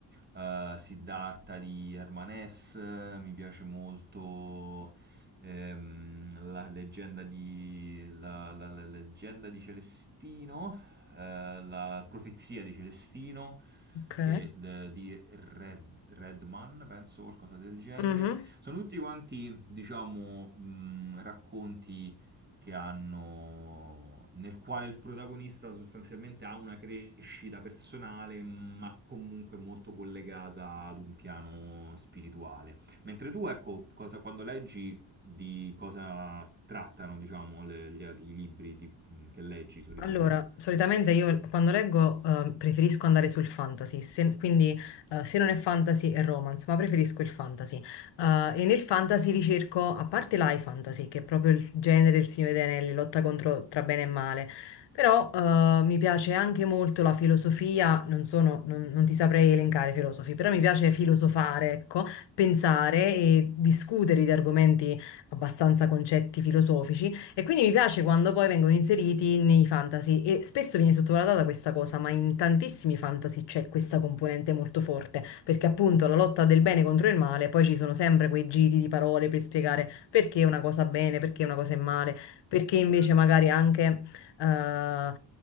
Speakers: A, on the right; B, on the left.
A: eh, Siddhartha di Herman Hesse, mi piace molto ehm, la leggenda di la, la- la leggenda di Celestino eh, la profezia di Celestino,
B: ok.
A: che, de- di Red, Redman, penso, qualcosa del genere.
B: Mhm.
A: Sono tutti quanti, diciamo, mh, racconti che hanno nel quale il protagonista sostanzialmente ha una crescita personale, ma comunque molto collegata ad un piano spirituale. Mentre tu, ecco, cosa- quando leggi di cosa trattano, diciamo, le- gli- i libri di- che leggi solitamente?
B: Allora, solitamente io quando leggo eh, preferisco andare sul fantasy, se- quindi eh, se non è fantasy è romance, ma preferisco il fantasy. Eh, e nel fantasy ricerco, a parte l'high fantasy, che è proprio il genere del Signore degli Anelli, lotta contro tra bene e male, però eh, mi piace anche molto la filosofia, non sono, non, non ti saprei elencare i filosofi, però mi piace filosofare, ecco, pensare e discutere di argomenti abbastanza concetti filosofici. E quindi mi piace quando poi vengono inseriti nei fantasy e spesso viene sottovalutata questa cosa, ma in tantissimi fantasy c'è questa componente molto forte, perché appunto la lotta del bene contro il male, poi ci sono sempre quei giri di parole per spiegare perché una cosa è bene, perché una cosa è male, perché invece
A: Certo.
B: magari anche eh,